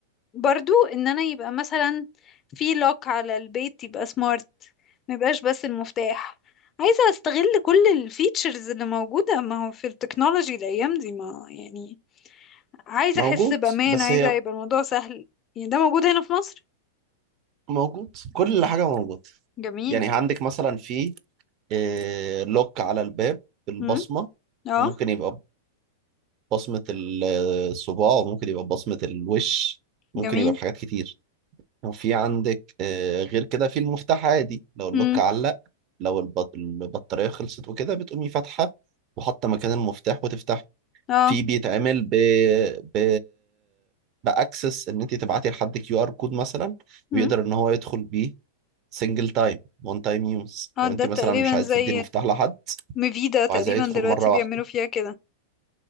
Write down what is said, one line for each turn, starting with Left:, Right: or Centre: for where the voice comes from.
Left: برضو ان انا يبقى مثلا في لوك على البيت يبقى سمارت ما يبقاش بس المفتاح عايزة استغل كل الفيتشرز اللي موجودة ما هو في التكنولوجي الايام دي ما يعني عايزة
Right: موجود
Left: احس بامان
Right: بس
Left: عايزة
Right: هي
Left: يبقى الموضوع سهل يعني ده موجود هنا في مصر
Right: موجود كل حاجة موجود
Left: جميل
Right: يعني عندك مثلا في آه، لوك على الباب بالبصمة
Left: امم اه
Right: وممكن يبقى بصمة الصباع وممكن يبقى بصمة الوش ممكن
Left: جميل
Right: يبقى بحاجات كتير في عندك آه، غير كده في المفتاح عادي لو اللوك
Left: امم
Right: علق لو الب- البطارية خلصت وكده بتقومي فاتحة وحاطة مكان المفتاح وتفتح
Left: اه
Right: في بيتعمل ب ب باكسس ان انت تبعتي لحد كيو ار كود مثلا
Left: امم
Right: ويقدر ان هو يدخل بيه سنجل تايم وان تايم يوز
Left: اه
Right: لو انت
Left: ده تقريبا
Right: مثلا مش عايز تدي
Left: زي
Right: المفتاح لحد
Left: ميفيدا تقريبا
Right: وعايزاه يدخل
Left: دلوقتي
Right: مرة
Left: بيعملوا
Right: واحدة
Left: فيها كده